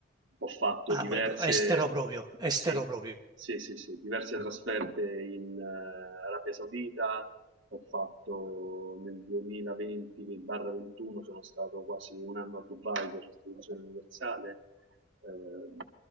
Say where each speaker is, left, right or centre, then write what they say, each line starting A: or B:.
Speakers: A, on the right; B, on the right.
A: ho fatto
B: Ah,
A: diverse,
B: quello- estero proprio, estero
A: sì,
B: proprio.
A: sì, sì, sì, diverse trasferte in eh, Arabia Saudita, ho fatto nel 2020-21 sono stato quasi un anno a Dubai per l'esposizione universale, Ehm,